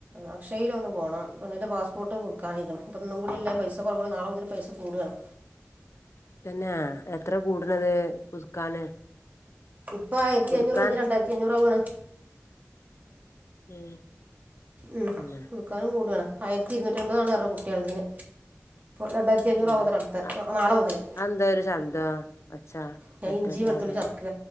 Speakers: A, on the right (about 35°); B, on the left (about 65°).
A: അക്ഷയേൽ ഒന്ന് പോകണം പിന്നന്റെ പാസ്പോർട്ട് പുതുക്കാനയക്കണ് ഇപ്പൊ ഇന്നും കൂട്യല്ലേ പൈസ കുറവുള്ളു നാളെ മുതല് പൈസ കൂടാണ്
B: തന്നെ എത്ര കൂടുതല് പുതുക്കാന്
A: ഇപ്പൊ ആയിരത്തി
B: പുതുക്കാൻ
A: അഞ്ഞൂറ്ള്ളത് ഞ്ഞി രണ്ടായിരത്തി അഞ്ഞൂറാവാണ്
B: ഉം
A: ഉം
B: തന്നെ
A: പുതുക്കാനും കൂടാണ് ആയിരത്തി ഇരുന്നൂറ്റൻമ്പതാണ്ന്ന് പറഞ്ഞ് കുട്ട്യാളതേന് രണ്ടായിരത്തി അഞ്ഞൂറവാത്രെ
B: ഇങ്ങനെ
A: അടുത്ത
B: ആഹ്
A: നാളെ മുതല്
B: അതെന്താ ഒരു ശബ്ദം ഒച്ച
A: ഞാൻ
B: ടെ
A: ഇഞ്ചിം
B: ടെ ടെ
A: വെളുത്തുള്ളിം
B: പറയണ
A: ചത്ക്ക